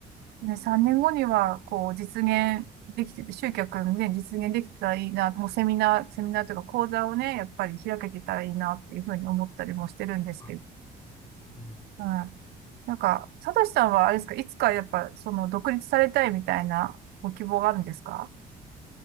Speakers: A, on the right; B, on the left.
A: ね、三年後にはこう実現できて集客ね実現できたらいいな、もうセミナーセミナーとか講座をねやっぱり開けてたらいいなっていう風に思ったりもしてるんですけど、
B: あ、なるほど。
A: うん。なんか佐藤さんはあれですかいつかやっぱその独立されたいみたいなご希望があるんですか？